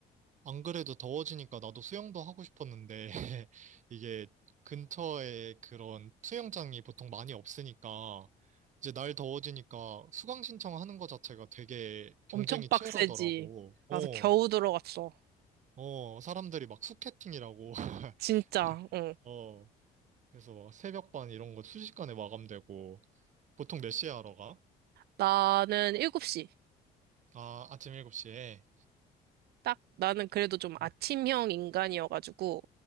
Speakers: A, on the right; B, on the right.
A: 안 그래도 더워지니까 나도 수영도 하고 싶었는데, <laughs> 이게 근처에 그런 수영장이 보통 많이 없으니까, 이제 날 더워지니까 수강 신청하는 거 자체가 되게 경쟁이
B: 엄청 빡세지.
A: 치열하더라고.
B: 나서
A: 어,
B: 겨우 들어갔어.
A: 어, 사람들이 막 수캐팅이라고. <laughs>
B: 진짜, 응.
A: 어, 그래서 막 새벽반 이런 거 순식간에 마감되고, 보통 몇 시에 하러 가?
B: 나는 7시.
A: 아, 아침 7시에.
B: 딱, 나는 그래도 좀
A: 음,
B: 아침형 인간이어가지고,